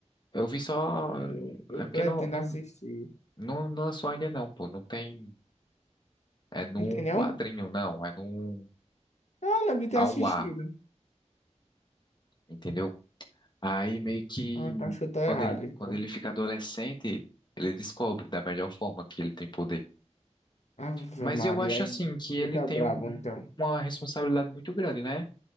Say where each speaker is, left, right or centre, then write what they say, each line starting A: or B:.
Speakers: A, on the left; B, on the left.
A: Eu vi só.
B: Aí Eu, eu
A: É porque
B: pretendo
A: não, não,
B: assistir.
A: não lançou ainda, não, pô. Não tem. É num
B: Entendeu?
A: quadrinho, não. É num
B: Ah, lembro de ter
A: a
B: assistido.
A: um A, entendeu? Aí meio que
B: Ah, tá chutou errado,
A: quando ele,
B: então.
A: quando ele fica adolescente, ele descobre da melhor forma que ele tem poder.
B: Ave
A: Mas
B: Maria,
A: eu acho
B: aí
A: assim que ele
B: fica
A: tem
B: brabo,
A: um- um-
B: então.
A: uma responsabilidade muito grande, né?